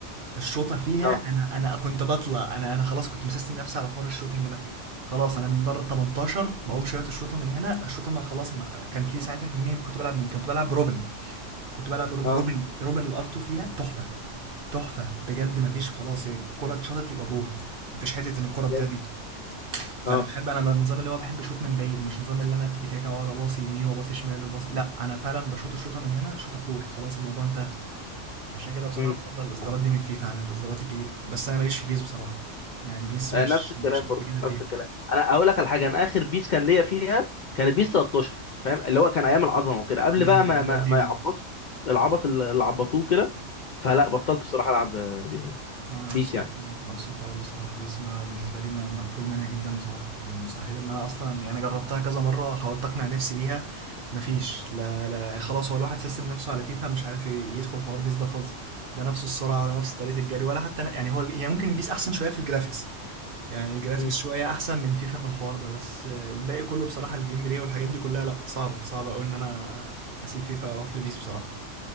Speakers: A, on the right; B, on the left.
A: الشوطه فيها
B: اه
A: انا انا كنت بطلع انا انا خلاص كنت مسستم نفسي على حوار الشوتينج ده خلاص انا من بره ال 18 بقوم شويه الشوطه من هنا الشوطه ما خلاص ما كان في ساعتها كميه كنت بلعب مين كنت بلعب روبن كنت بلعب رو-
B: اه
A: روبن روبن الار 2 فيها تحفه تحفه بجد مفيش خلاص هي الكره اتشاطت يبقى جول مفيش حته ان الكره تضيع
B: جامد
A: دي فانا
B: اه
A: بحب انا من النظام اللي هو بحب شوط من بعيد مش نظام اللي انا تيكي تاكا واقعد اباصي يمين وباصي شمال وباصي لا انا فعلا بشوط الشوطه من هنا شوطه جول خلاص الموضوع انتهى عشان كده بصراحه
B: مم.
A: بفضل الاصدارات دي من فيفا عن الاصدارات الجديده بس انا ماليش في بيس بصراحه يعني بيس
B: آه،
A: مش
B: نفس الكلام
A: مش قد
B: برضه
A: كده فيها
B: نفس الكلام انا اقول لك على حاجه انا اخر بيس كان ليا فيها كانت بيس 13 فاهم اللي هو كان ايام العظمه وكده قبل
A: ايوه
B: بقى ما
A: على
B: ما,
A: قديم
B: ما يعبطوا العبط اللي عبطوه كده فلا بطلت بصراحه العب آه،
A: آه، نفس
B: بيس يعني
A: الحوار نفس الحوار بصراحة بس ما بالنسبة لي ما- مقفول منها جدا بصراحة يعني مستحيل ان انا اصلا يعني جربتها كذا مرة حاولت اقنع نفسي بيها مفيش لا لا خلاص هو الواحد سيستم نفسه على فيفا مش عارف ي- يدخل حوار بيس ده خالص لا نفس السرعة ولا نفس طريقة الجري ولا حتى ن- يعني هو ال- هي ممكن بيس احسن شوية في الجرافيكس يعني الجرافيكس
B: مم.
A: شوية احسن من فيفا في الحوار ده بس آه، الباقي كله بصراحة الجيم بلاي والحاجات دي كلها لا صعبة صعبة قوي ان انا اسيب فيفا واروح لبيس بصراحة